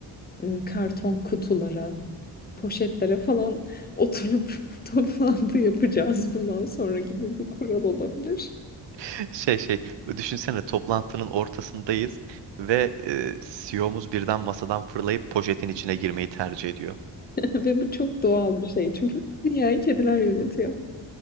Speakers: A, on the left; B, on the right.
A: m, karton kutulara, poşetlere falan oturup <laughs> toplantı yapacağız bundan sonra gibi bir kural olabilir.
B: <laughs> Şey şey düşünsene toplantının ortasındayız ve e, CEO'muz birden masadan fırlayıp poşetin içine girmeyi tercih ediyor.
A: <laughs> Ve bu çok doğal bir şey. Çünkü dünyayı kediler yönetiyor.